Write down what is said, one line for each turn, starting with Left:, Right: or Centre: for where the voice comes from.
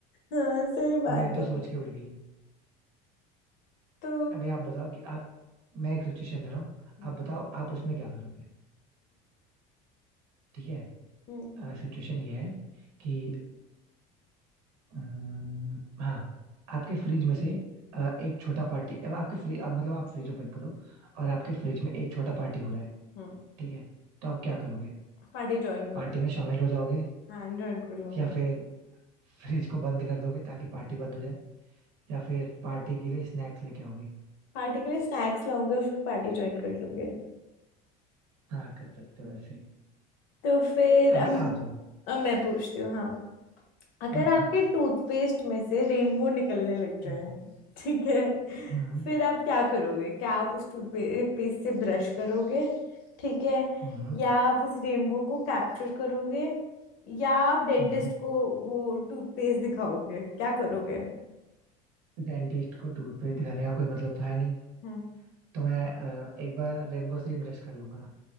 Left: हाँ सही बात
Right: मेरी
Left: है
Right: तो सोच के उड़ गई है
Left: तो
Right: अभी आप बताओ कि आप मैं एक सिचुएशन दे रहा हूँ
Left: हम्म
Right: आप बताओ आप उसमें क्या करोगे ठीक है
Left: हम्म
Right: सिचुएशन ये है कि अम्म, हाँ आपके फ्रिज में से अ, एक छोटा पार्टी अब आपके फ्रिज अब मतलब आप फ्रिज ओपन करो और आपके फ्रिज में एक छोटा पार्टी हो रहा है
Left: हम्म
Right: ठीक है तो आप क्या करोगे
Left: पार्टी ज्वाइन कर
Right: पार्टी में शामिल हो जाओगे
Left: हाँ ज्वाइन कर लूंगी
Right: या फिर फ्रिज को बंद कर दोगे ताकि पार्टी बंद हो जाए या फिर पार्टी के लिए स्नैक्स लेके आओगे
Left: पार्टी के लिए स्नैक्स लाऊंगा फिर पार्टी ज्वाइन कर लूंगी
Right: हाँ कर सकते हो ऐसे
Left: तो फिर अब
Right: अभी आप दो
Left: अब मैं पूछती हूँ हाँ अगर
Right: हम्म
Left: आपके टूथपेस्ट में से रेनबो निकलने लग जाए
Right: हम्म
Left: ठीक है
Right: हम्म
Left: फिर आप क्या करोगे क्या आप उस टूथपेस्ट से ब्रश करोगे ठीक है
Right: हम्म
Left: या आप उस रेनबो को कैप्चर करोगे या आप डेंटिस्ट
Right: हम्म।
Left: को वो टूथपेस्ट दिखाओगे क्या करोगे
Right: डेंटिस्ट को टूथपेस्ट दिखाने का कोई मतलब तो है नहीं
Left: हम्म
Right: तो मैं अ, एक बार रेनबो से ही ब्रश कर लूंगा